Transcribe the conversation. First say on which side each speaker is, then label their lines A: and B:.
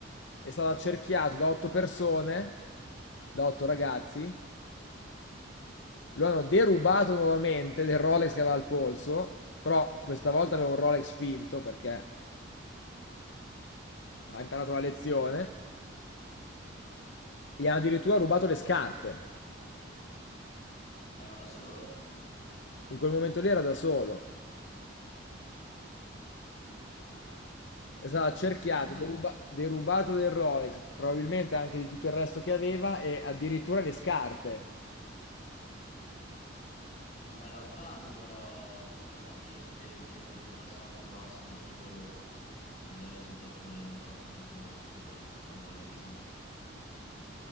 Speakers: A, on the left (about 65°); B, on the left (about 35°).
A: È stato accerchiato da otto persone, da otto ragazzi. Lo hanno derubato nuovamente del Rolex che aveva al polso, però questa volta aveva un Rolex finto perché ha imparato la lezione. Gli hanno addirittura rubato le scarpe.
B: Ma ero da solo?
A: In quel momento lì era da solo.
B: Eh,
A: È stato accerchiato,
B: è un bel,
A: deruba- derubato del Rolex, probabilmente anche di tutto il resto che aveva e addirittura le scarpe.
B: un bel azzardo, però, visto anche l'esperienza che hai avuto in passato, trovarsi da solo, magari in situazioni non proprio consone a livello di lucidità.